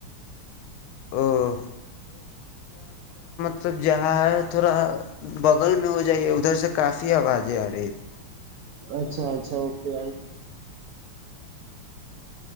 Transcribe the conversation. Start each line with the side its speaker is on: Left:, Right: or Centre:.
Left: او لب جہاں تھوڑا بغل میں ہو جائیے ادھر سے کافی آوازیں آ رہی ہے
Right: اچھا اچھا اوکے